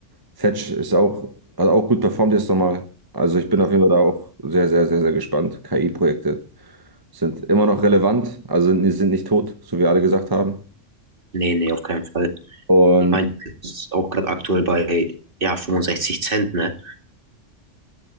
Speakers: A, on the right; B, on the right.
A: Fetch ist auch, hat auch gut performt jetzt nochmal. Also ich bin auf jeden Fall da auch sehr, sehr, sehr, sehr gespannt. KI-Projekte sind immer noch relevant, also sind, sind nicht tot, so wie alle gesagt haben.
B: Nee, nee, auf keinen Fall.
A: Und
B: Ich meine, es ist auch gerade aktuell bei ja, 65 Cent, ne?